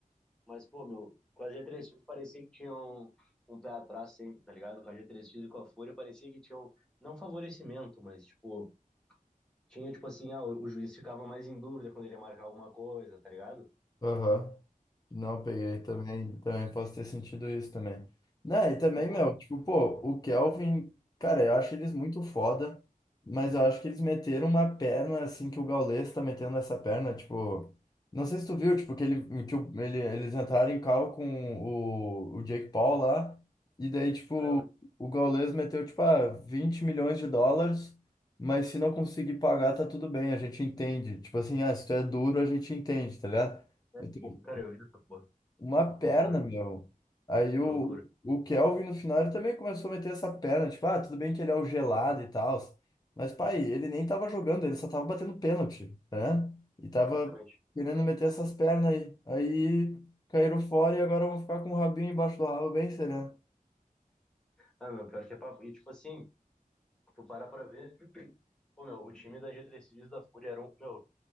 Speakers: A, in the centre; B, on the left.
A: Mas, pô, meu, com a g três x parecia que tinha um, um pé atrás sempre, tá ligado? Com a g três x e com a Fúria parecia que tinha um, não favorecimento, mas, tipo, tinha, tipo assim, ah, o, o juiz ficava mais em dúvida quando ele ia marcar alguma coisa, tá ligado?
B: Aham. Não, peguei também, também posso ter sentido isso também. Né, e também,
A: E, pô,
B: meu, tipo, pô, o Kelvin, cara, eu acho eles muito foda, mas eu acho que eles meteram uma perna assim que o Gaules tá metendo essa perna, tipo, não sei se tu viu, tipo, que ele, que o- ele, eles entraram em cal com o, o Jake Paul lá, e daí, tipo,
A: ah, eu vi,
B: o Gaules meteu, tipo, ah, 20 milhões de dólares, mas se não conseguir pagar, tá tudo bem, a gente entende. Tipo assim, ah, se tu é duro, a gente entende, tá ligado?
A: é,
B: Meteu
A: cara, eu vi essa porra.
B: uma
A: Loucura,
B: perna, meu. Aí o,
A: que loucura.
B: o Kelvin no final ele também começou a meter essa perna, tipo, ah, tudo bem que ele é o gelado e tal. Mas, pai, ele nem tava jogando, ele só tava batendo pênalti, né? E tava
A: Realmente.
B: querendo meter essas pernas aí. Aí caíram fora e agora vão ficar com o rabinho embaixo do rabo bem sereno.
A: Ah, meu, pior que é papo. E, tipo assim, tu para pra ver, <clears throat> pô, meu, o time da g três x e da Fúria era um, meu,